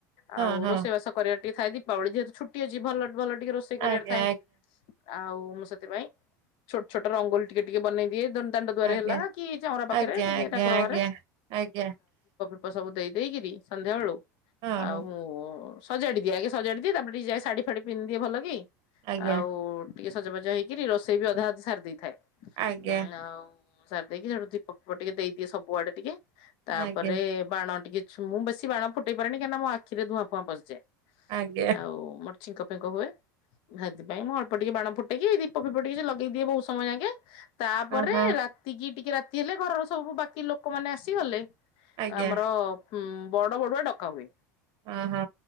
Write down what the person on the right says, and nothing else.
ହଁ
ହଁ ହଁ
ଆଜ୍ଞା
ଆଜ୍ଞା
ଆଜ୍ଞା
ଆଜ୍ଞା
ଆଜ୍ଞା।
ଆଜ୍ଞା
ହଁ ହଁ
ଆଜ୍ଞା
ଆଜ୍ଞା
ଆଜ୍ଞା
ଆଜ୍ଞା
ହଁ ହଁ
ଆଜ୍ଞା
ଓହୋ